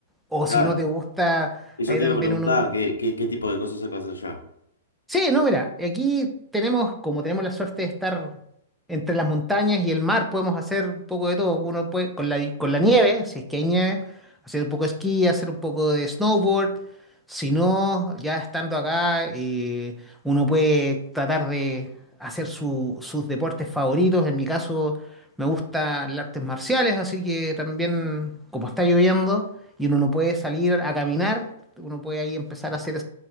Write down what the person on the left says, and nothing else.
Claro.
Eso
te
iba a preguntar,
¿qué, qué, qué tipo de cosas se puede hacer ya?